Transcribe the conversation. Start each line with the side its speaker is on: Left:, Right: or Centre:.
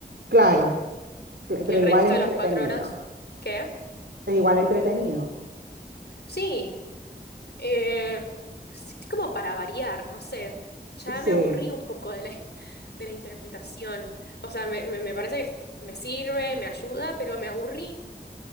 Right: Claro, cl-
Left: Y
Right: pero
Left: el
Right: igual
Left: resto
Right: es
Left: de
Right: entretenido,
Left: las cuatro horas, ¿qué?
Right: es igual entretenido.
Left: Sí, eh, sí, sí, como para variar, no sé. Ya
Right: Sí,
Left: me aburrí un poco de la, <laughs> de la interpretación. O sea, me, me- me parece que me sirve, me ayuda, pero me aburrí.